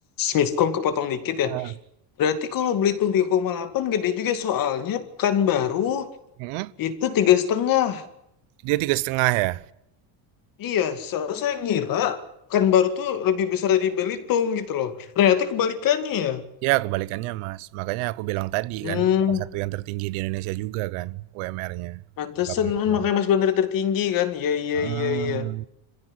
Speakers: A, on the left (about 40°); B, on the right (about 80°).
A: miskom kepotong dikit
B: Ah.
A: ya. Berarti kalau Belitung tiga koma delapan gede juga soalnya Pekanbaru
B: Mm-mm.
A: itu tiga setengah.
B: dia tiga setengah ya
A: Iya, soalnya saya ngira Pekanbaru tuh lebih besar dari Belitung gitu loh. Ternyata kebalikannya ya.
B: Ya, kebalikannya, Mas. Makanya aku bilang tadi
A: Hmm,
B: kan, salah satu yang tertinggi di Indonesia juga kan, UMR-nya.
A: pantesan
B: Berapa
A: hmm,
B: itu?
A: makanya Mas Bandar tertinggi kan? Iya iya
B: Ah.
A: iya iya.